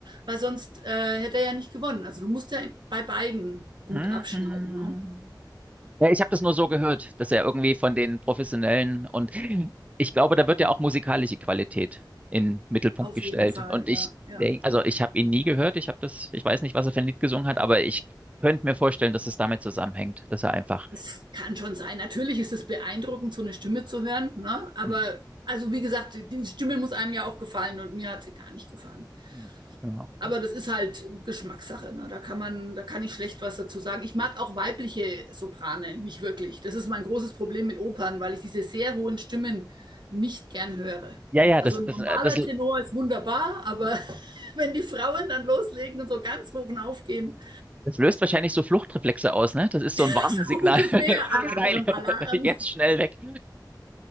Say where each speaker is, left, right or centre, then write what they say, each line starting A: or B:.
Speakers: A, on the right; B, on the right.
A: weil sonst äh, hätte er ja nicht gewonnen. Also du musst ja bei beiden gut
B: Mhm.
A: abschneiden. Ne?
B: Ja, ich habe das nur so gehört, dass er irgendwie von den Professionellen und ich glaube, da wird ja auch musikalische Qualität in den Mittelpunkt
A: Auf
B: gestellt.
A: jeden Fall,
B: Und ich
A: ja. ja.
B: denk, also ich habe ihn nie gehört, ich habe das, ich weiß nicht, was er für ein Lied gesungen hat, aber ich könnte mir vorstellen, dass es damit zusammenhängt, dass er einfach
A: Es kann schon sein. Natürlich ist es beeindruckend, so eine Stimme zu hören. Ne? Aber
B: Hm,
A: also wie gesagt, die Stimme muss einem ja auch gefallen und mir hat sie gar nicht gefallen.
B: hm, ja,
A: Aber das ist halt Geschmackssache. Ne? Da kann man, da kann ich schlecht was dazu sagen. Ich mag auch weibliche Soprane nicht wirklich. Das ist mein großes Problem mit Opern, weil ich diese sehr hohen Stimmen nicht gern höre.
B: ja, ja,
A: Also
B: das,
A: ein
B: das,
A: normaler
B: äh, das,
A: Tenor ist wunderbar, aber <laughs> wenn die Frauen dann loslegen und so ganz hoch aufgehen,
B: das löst wahrscheinlich so Fluchtreflexe aus, ne? Das ist so ein Warnsignal.
A: <laughs> ungefähr
B: <laughs> Oh
A: Alarm,
B: nein, <laughs>
A: Alarm.
B: jetzt schnell weg.